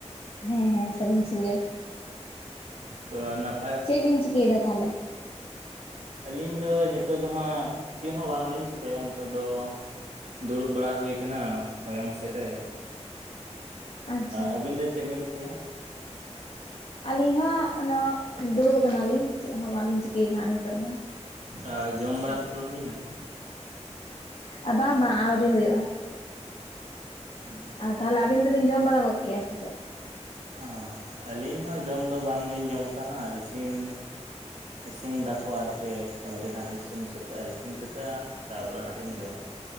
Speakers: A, on the left; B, on the right.
A: ᱦᱮᱸ ᱦᱮᱸ, ᱥᱟᱜᱩᱱ ᱥᱤᱜᱟᱹᱲ।
B: ᱛᱚ ᱟᱨ ᱱᱟᱯ
A: ᱪᱮᱜ ᱵᱤᱱ ᱪᱤᱠᱟᱹᱭᱮᱫᱟ ᱛᱟᱦᱟᱞᱮ?
B: ᱟᱹᱞᱤᱧ ᱫᱚ ᱱᱤᱛᱚᱜ ᱫᱚ ᱦᱟᱸᱜ, ᱪᱮᱜ ᱦᱚᱸ ᱵᱟᱝᱞᱤᱧ ᱪᱤᱠᱟᱹᱭᱟ ᱱᱤᱛᱚᱜ ᱫᱚ। ᱫᱩᱲᱩᱵ ᱵᱟᱲᱟ ᱦᱩᱭ ᱠᱟᱱᱟ ᱦᱚᱭᱚᱝ ᱥᱮᱜ ᱨᱮ।
A: ᱟᱪᱪᱷᱟ
B: ᱟᱹᱵᱤᱱ ᱫᱚ ᱪᱮᱜ ᱵᱤᱱ ᱪᱤᱠᱟᱹᱭᱟ?
A: ᱟᱞᱤᱧ ᱦᱚᱸ ᱱᱟ ᱫᱩᱲᱩᱵ ᱠᱟᱱᱟᱞᱤᱧ, ᱪᱮᱜ ᱦᱚᱸ ᱵᱟᱞᱤᱧ ᱪᱤᱠᱟᱹᱭᱮᱫᱟᱜ ᱱᱤᱛᱚᱜ ᱫᱚ᱾
B: ᱟᱨ ᱡᱚᱢ ᱵᱟᱲᱟ ᱠᱚᱫᱚ ᱦᱩᱭᱮᱱᱟ?
A: ᱟᱵᱟ ᱵᱟ ᱟᱣᱨᱤ ᱦᱳᱭᱳᱜ-ᱟ᱾
B: <unintelligible>
A: ᱛᱟᱦᱚᱞᱮ ᱟᱵᱤᱱ ᱫᱚᱵᱤᱱ ᱡᱚᱢ ᱵᱟᱲᱟ ᱜᱚᱫ ᱠᱮᱭᱟ ᱥᱮ ᱪᱮᱫ?
B: ᱚ ᱟᱹᱞᱤᱧ ᱦᱚᱸ ᱡᱚᱢ ᱫᱚ ᱵᱟᱝᱞᱤᱧ ᱡᱚᱢ ᱠᱟᱜ-ᱟ ᱦᱟᱜ ᱤᱥᱤᱱ ᱤᱥᱤᱱ ᱫᱟᱠᱚ ᱟᱨᱠᱤ ᱟᱹᱣᱨᱤ ᱦᱟᱸᱜ ᱤᱥᱤᱱ ᱥᱟᱹᱛᱟᱹᱜ-ᱟ ᱤᱥᱤᱱ ᱥᱟᱹᱛᱟᱹᱜ-ᱟ᱾ ᱛᱟᱯᱚᱨᱮ ᱦᱟᱸᱜ ᱞᱤᱧ ᱡᱚᱢᱟ,